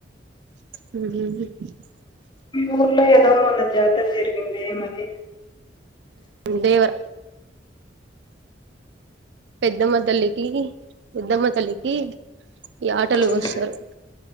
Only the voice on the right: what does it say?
హ
దేవర పెద్దమ్మ తల్లికి పెద్దమ్మ తల్లికి ఈ యాటలు
కోస్తారు